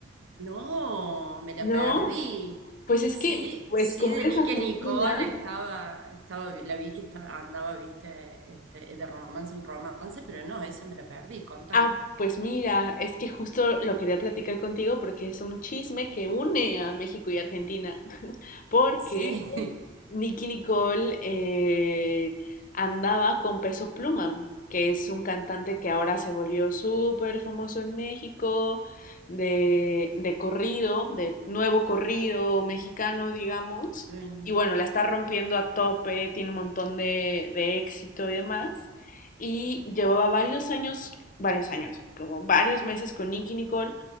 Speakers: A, on the right; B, on the left.
A: No, me la
B: No,
A: perdí.
B: pues es
A: Sí,
B: que, pues
A: sí,
B: como
A: de
B: eres
A: Nick
B: argentina,
A: Nicole estaba, estaba, la vi que estaba, andaba, viste, este, de romance en romance, pero no, esa me la perdí, contame.
B: ah, pues mira, es que justo lo quería platicar contigo porque es un chisme que une a México y Argentina, <laughs> porque
A: Sí, <laughs>
B: Nicki Nicole eh, andaba con Peso Pluma, que es un cantante que ahora se volvió súper famoso en México, de, de corrido, de nuevo corrido mexicano, digamos.
A: sí,
B: Y bueno, la está rompiendo a tope, tiene un montón de, de éxito y demás. Y llevaba varios años, varios años, como varios meses con Nicki Nicole,